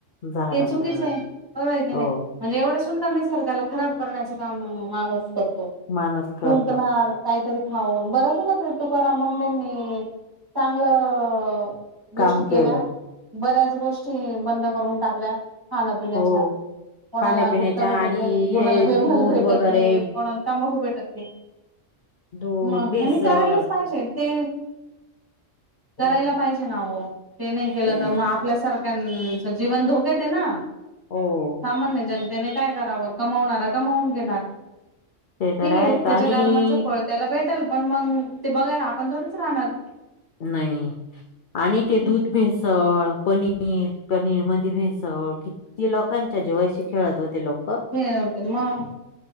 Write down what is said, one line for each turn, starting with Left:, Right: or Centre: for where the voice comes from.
Left: झाडांजवळ
Right: ते चुकीच आहे बरं आहे की नाही
Left: हो
Right: म्हणजे एवढं र निसर्गाला खराब करण्याच काम माणूस करतों
Left: माणूस करतो
Right: थूकंनार काहीतरी खाऊन बरं झाल ना ते तुकाराम मुंडे् यांंनी चांगलं.
Left: काम
Right: गोष्टी केल्या
Left: केलं
Right: बऱ्याच गोष्टी बंद करून टाकल्या खाण्यापिण्याच्या
Left: हो
Right: कोणाला
Left: खाण्यापिण्याच्या
Right: गुटखा भेटत
Left: आणि
Right: नाही,
Left: हे
Right: कोणाला विमल
Left: दूध
Right: भेटत
Left: वगैरे
Right: नाही, कोणाला तबाखू भेटत नाही.
Left: दूध
Right: म
Left: भेसळ
Right: आणि करायलाच पाहिजे ते
Left: हो
Right: करायला पाहिजे ना हो ते नाही केलं
Left: हो
Right: तर मग आपल्यासारखं जीवन धोकयांत ये ना
Left: हो
Right: सामान्य जन त्याणे काय कराव कमवणार कमवून घेणार
Left: ते
Right: ठीक
Left: तर
Right: आहे
Left: आहेच
Right: त्याच्या
Left: आणि
Right: कारमाच त्याला भेटल पण मग ते बघायला आपण थोडच राहणार.
Left: नाही आणि ते
Right: हम्म
Left: दूध भेसळ पनीर पनीर म्हण. भेसळ किती लोकांच्या जीवाशी खेळत होते लोक
Right: हे क मग